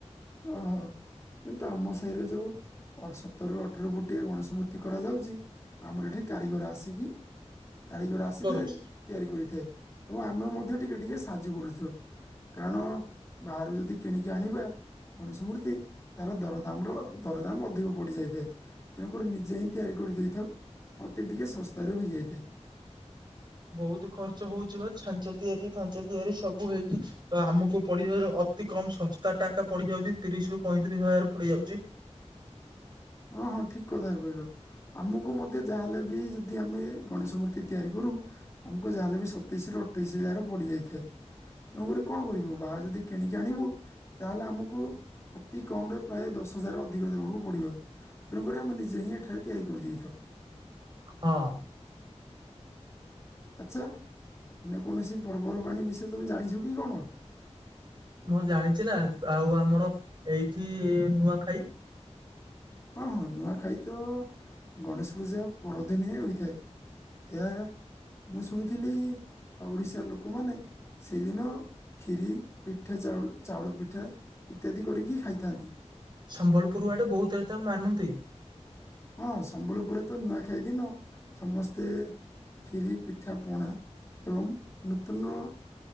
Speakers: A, on the left; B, on the right.
A: ଓ ହୋ। କିନ୍ତୁ ଆମ ସେହିରେ ଯୋଉ ଅ ସତରରୁ ଅଠର ଫୋଟିଏ ଗଣେଶ ମୂର୍ତ୍ତି କରାଯାଉଛି ଆମର ଏଠି କାରିଗର ଆସିକି
B: <inaudible>
A: କାରିଗର ଆସିଥାଏ
B: କରୁଛି
A: ତିଆରି କରିଥାଏ, ଏବଂ ଆମେ ମଧ୍ୟ ଟିକେ ଟିକେ ସାହାଯ୍ୟ କରୁଛୁ। କାରଣ ବାହାରୁ ଯଦି କିଣିକି ଆଣିବା ଗଣେଶ ମୂର୍ତ୍ତି ତାହେଲେ ଦରଦାମ ର ଦରଦାମ ଅଧିକ ବଢି ଯାଇଥାଏ ତେଣୁକରି ନିଜେ ହିଁ ତିଆରି କରି ଦେଇଥାଉ ମତେ ଟିକେ ଶସ୍ତାରେ ହେଯାଇଥାଏ।
B: ବହୁତ ଖର୍ଚ୍ଚ ହଉଛି ବା ଛାଞ୍ଚ ତିଆରି ଫାଞ୍ଚ ତିଆରି, ସବୁ ହେଇକି ଆମକୁ ପଡିବ ଅତି କମ ଶସ୍ତା ଟା ପଡିଯାଉଛି ତିରିଶ ରରୁ ପଇଁତିରିଶ ହଜାର ପଡିଯାଉଛି।
A: ହଁ ହଁ ଠିକ କଥା କହିଲ ଆମକୁ ମଧ୍ୟ ଯାହାହେଲେ ବି ଯଦି ଆମେ ଗଣେଶ ମୂର୍ତ୍ତି ତିଆରି କରୁ ଆମକୁ ଯାହାେଲେ ବି ସତେଇଶି ରୁ ଅଠେଇଶିର ପଡିଯାଇଥାଏ। ତେଣୁକରି କଣ କରିବୁ ବାହାରେ ଯଦି କିଣିକି ଆଣିବୁ ତାହେଲେ ଆମକୁ ଅତି କମ ରେ ପ୍ରାୟ ଦଶ ହଜାର ଅଧିକ ଦେବାକୁ ପଡିବ। ତେଣୁକରି ଆମେ ନିଜେ ହିଁ ଏଠାରେ ତିଆରି କରିଦେଇଥାଉ।
B: ହଁ।
A: ଆଚଛା ଅନ୍ୟ କୌଣସି ପର୍ବପର୍ବାଣୀ ବିଷୟରେ ତମେ ଜାଣିଛ କି କଣ?
B: ମୁଁ ଜାଣିଛି ନା ଆଉ ଆମର ଏଇଠି ନୂଆଖାଇ
A: ହଁ ହଁ ନୂଆଖାଇ ତ ଗଣେଶ ପୂଜା ପରଦିନେ ହୋଇଥାଏ। ଏ ମୁଁ ଶୁଣିଥିଲି ଆଉ ଓଡିଶାର ଲୋକମାନେ ସେଇଦିନ କ୍ଷୀରି ପିଠା ଚାଉଳ ପିଠା ଇତ୍ୟାଦି କରିକି ଖାଇଥାନ୍ତି।
B: ସମ୍ବଲପୁର ଆଡେ ବହୁତ ଏ ତାଙ୍କୁ ମାନନ୍ତି
A: ହଁ ସମ୍ବଲପୁରରେ ତ ନୂଆଖାଇଦିନ ସମସ୍ତେ ଖ୍ଷିରି ପିଠା ପଣା ଏବଂ ନୂତନ